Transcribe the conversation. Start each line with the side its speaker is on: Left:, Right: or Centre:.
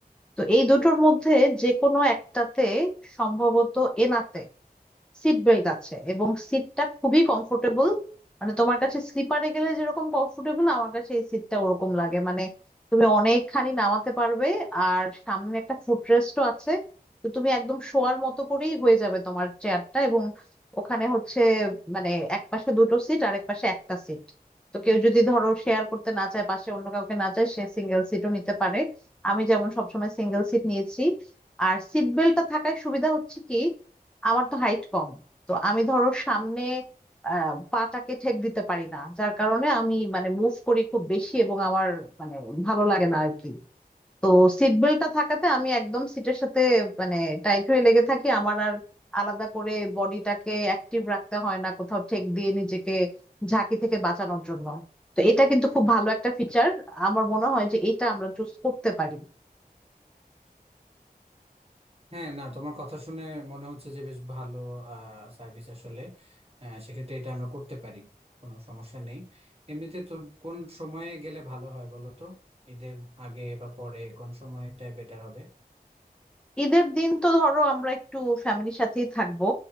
Centre: তো এই দুটোর মধ্যে যে কোনো একটাতে সম্ভবত এনাতে সিট বেল্ট আছে এবং সিটটা খুবই কমফোর্টেবল মানে তোমার কাছে স্লিপারে গেলে যেরকম কমফোর্টেবল আমার কাছে এই সিটটা ওরকম লাগে মানে তুমি অনেকখানি নামাতে পারবে আর সামনে একটা ফুটরেস্টও আছে তো তুমি একদম শোয়ার মতো করেই হয়ে যাবে তোমার চেয়ারটা এবং ওখানে হচ্ছে মানে এক পাশে দুটো সিট আর এক পাশে একটা সিট তো কেউ যদি ধরো শেয়ার করতে না চায় পাশে অন্য কাউকে না চায় সে সিঙ্গেল সিটও নিতে পারে আমি যেমন সবসময় সিঙ্গেল সিট নিয়েছি আর সিট বেল্টটা থাকার সুবিধা হচ্ছে কি আমার তো হাইট কম তো আমি ধরো সামনে আহ, পাটাকে ঠেক দিতে পারি না যার কারণে আমি মানে মুভ করি খুব বেশি এবং আমার মানে ভালো লাগে না আর কি তো সিট বেল্টটা থাকাতে আমি একদম সিটের সাথে মানে টাইট হয়ে লেগে থাকি আমার আর আলাদা করে বডিটাকে অ্যাক্টিভ রাখতে হয় না কোথাও ঠেক দিয়ে নিজেকে ঝাঁকি থেকে বাঁচানোর জন্য তো এটা কিন্তু খুব ভালো একটা ফিচার আমার মনে হয় যে এটা আমরা চুজ করতে পারি
Right: হ্যাঁ না তোমার কথা শুনে মনে হচ্ছে যে বেশ ভালো আহ সার্ভিস আসলে আহ, সেক্ষেত্রে এটা আমরা করতে পারি কোনো সমস্যা নেই এমনিতে তো কোন সময়ে গেলে ভালো হয় বলো তো ঈদের আগে বা পরে কোন সময়টা বেটার হবে
Centre: ঈদের দিন তো ধরো আমরা একটু ফ্যামিলির সাথেই থাকবো